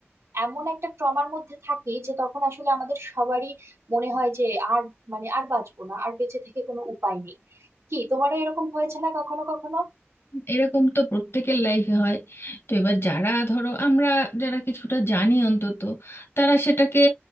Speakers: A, on the right; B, on the left.
A: এমন একটা ট্রমার মধ্যে থাকি যে তখন আসলে আমাদের সবারই মনে হয় যে আর মানে আর বাঁচবো না আর বেঁচে থেকে কোনো উপায় নেই কি তোমারও এরকম হয়েছে না কখনো কখনো
B: এরকম তো প্রত্যেকের লাইফে হয় তো এবার যারা ধরো আমরা যারা কিছুটা জানি অন্তত তারা সেটাকে